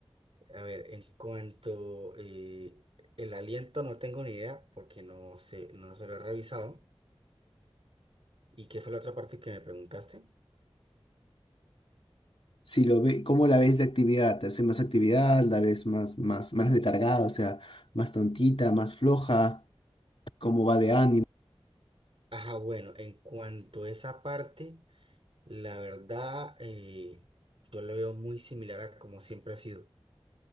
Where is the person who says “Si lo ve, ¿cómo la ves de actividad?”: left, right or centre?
Left